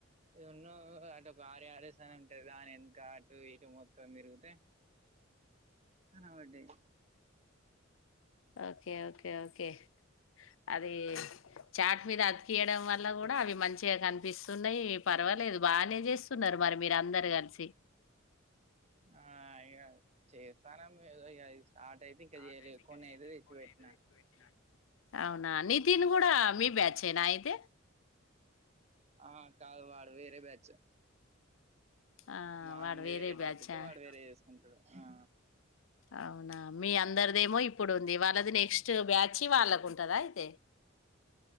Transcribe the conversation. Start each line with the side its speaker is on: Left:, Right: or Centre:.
Right: ఎన్నో అటు ఒక కర్యాదశన ఉంటాది దాని వెనక అటు ఇటు మొత్తం తిరిగితే కనబడ్డాయి
Left: ఓకే ఓకే ఓకే అది చాట్ మీద అతికియడం వల్ల కూడా అవి మంచి గా కనిపిస్తున్నాయి పర్వాలేదు బాగానే చేస్తున్నారు మరి మీరు అందరు కలిసి
Right: ఆ ఇక చేస్తానామ ఏదో ఇక స్టార్ట్ అయితే ఇంకా
Left: ఆ
Right: చేయలే
Left: టైపింగ్
Right: కొన్ని
Left: చేయదు
Right: అయితే తెచ్చి
Left: ఫోన్
Right: పెట్టినా
Left: అదు పెటిినాను అవునా నితిన్ కూడా మీ బ్యాచ్ ఏనా అయితే
Right: ఆ కాదు వాడు వేరే బ్యాచ్
Left: ఆ
Right: వానిది
Left: వాడు
Right: వేరే
Left: బ్యాచా
Right: టాపిక్ వాడు వేరే చేసుకుంటాడు ఆ
Left: అవునా మీ అందరిదేమో ఇప్పుడు ఉంది వాళ్ళది నెక్స్ట్ బ్యాచి వాళ్ళకు ఉంటదా అయితే